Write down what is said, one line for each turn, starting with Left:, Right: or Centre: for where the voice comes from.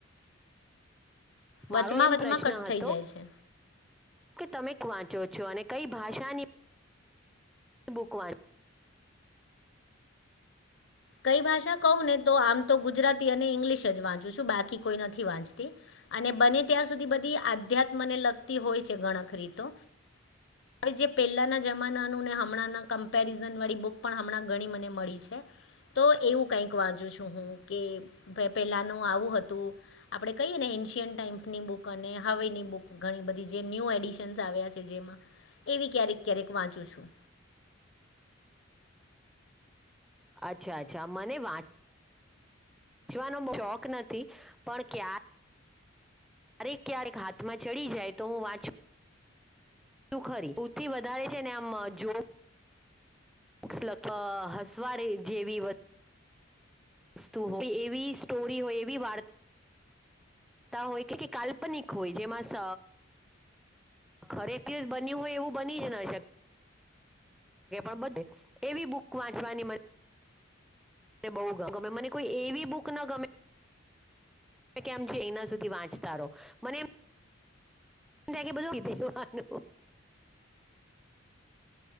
Left: વચમાં
Centre: મારો એમ
Left: વચમાં
Centre: પ્રશ્ન
Left: કટ થઈ
Centre: હતો
Left: જાય છે.
Centre: કે તમે ક વાંચો છો અને કઈ ભાષાની બુક વાં
Left: કઈ ભાષા કહવ ને તો આમ તો ગુજરાતી અને ઈંગ્લિશ જ વાંચું છું બાકી કોઈ નથી વાંચતી. અને બને ત્યાર સુધી બધી આધ્યાત્મને લગતી હોય છે ગણખરીતો. હવે જે પહેલાના જમાનાનું ને હમણાં ના કમ્પેરિઝન વાળી બુક પણ હમણાં ઘણી મને મળી છે. <inaudible> તો એવું કંઈક વાંચુ છું હું કે પેલાનું આવું હતું. આપડે કહીએ ને એશિયન ટાઈમ્સની બુક અને હવે ની બુક ઘણી બધી જે ન્યુ એડિશનસ આવ્યા છે જેમાં એવી ક્યારેક ક્યારેક વાંચું છું.
Centre: અચ્છા અચ્છા મને વાંચ ચવાનો શોખ નથી પણ કયા ક્યારેક ક્યારેક હાથમાં ચડી જાય તો હું વાંચું. શું ખરી ઉતરી વધારે છે, ને આમ જો. <unintelligible> હસવારે જેવી. વસ્તુ એવી સ્ટોરી હોય એવી વાર તા હોય કે કે કાલ્પનિક હોય જેમાં સ ખરેખ દિવસ બન્યું હોય એવું બની એ ન શક કે પણ બધે એવી બુક વાંચવાની મને મને બહું ગમે મને કોઈ એવી બુક ના ગમે. કેમ કે એના સુધી વાંચતા રહો, મને એમ થાય કે બધું કીધેું હો આનું